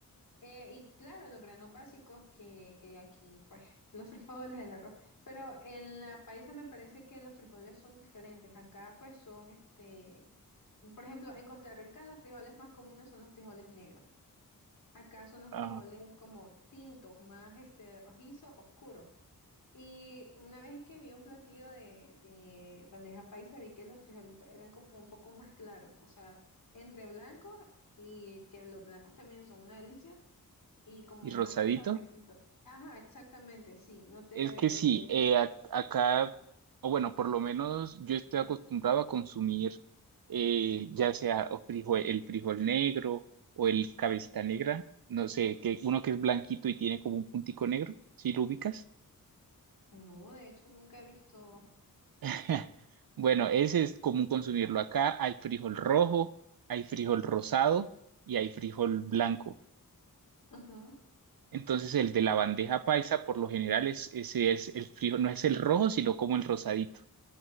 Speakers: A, on the left; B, on the right.
A: Eh, y claro, los granos básicos que, que aquí, pues, <laughs> los frijoles, el arroz. Pero en la paisa me parece que los frijoles son diferentes. Acá, pues, son, este, por ejemplo, en Costa Rica los frijoles más comunes son los frijoles negros. Acá son los
B: ah,
A: frijoles como tintos, más, este, rojizo, oscuro. Y una vez que vi un platillo de, de bandeja paisa, vi que los frijolitos eran como un poco más claros, o sea, entre blancos y que los blancos también son una delicia y como
B: y
A: más
B: rosadito.
A: cafecito. Ajá, exactamente, sí, no te
B: Es que sí,
A: sabía.
B: eh, ac- acá, o bueno, por lo menos yo estoy acostumbrado a consumir eh, ya sea o frijol, el frijol negro o el cabecita negra, no sé, que uno que es blanquito y tiene como un puntico negro, si lo ubicas.
A: No, de hecho nunca he visto.
B: <laughs> Bueno, ese es común consumirlo acá. Hay frijol rojo, hay frijol rosado y hay frijol blanco.
A: Ujú.
B: Entonces el de la bandeja paisa por lo general es, ese es el frijol, no es el rojo, sino como el rosadito.